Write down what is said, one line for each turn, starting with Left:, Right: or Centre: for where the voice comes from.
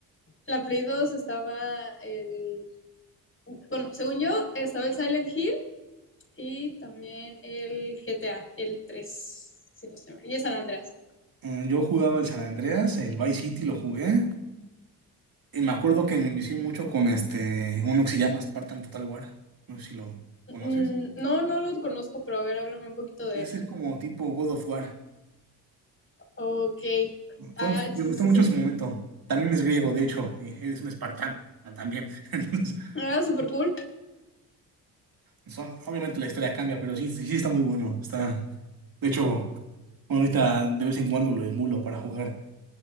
Left: La Play 2 estaba el... Bueno, según yo, estaba el Silent Hill y también el GTA, el 3 si no estoy mal, y el San Andreas.
Right: Eh, Yo jugaba el San Andreas, el Vice City lo jugué. Y me acuerdo que me envicié mucho con este, uno que se llama Spartan Total War. No sé si lo conoces.
Left: Mm, no, no lo conozco, pero a ver, háblame un poquito de
Right: Ese
Left: él.
Right: es como tipo God of War.
Left: Ok. Ah,
Right: Fue fue-
Left: sí,
Right: me
Left: sí,
Right: gustó mucho
Left: sí. sí
Right: en su momento. También es griego, de hecho, y es un espartano también. <laughs> Entonces,
Left: Era súper cool.
Right: son- obviamente la historia cambia, pero sí, sí sí está muy bueno. Está, de hecho, ahorita de vez en cuando lo emulo para jugar.